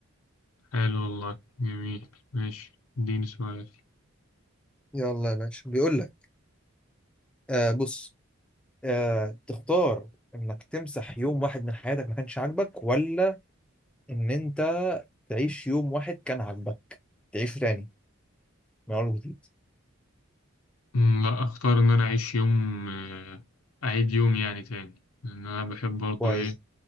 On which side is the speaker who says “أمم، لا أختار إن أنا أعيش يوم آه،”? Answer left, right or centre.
Left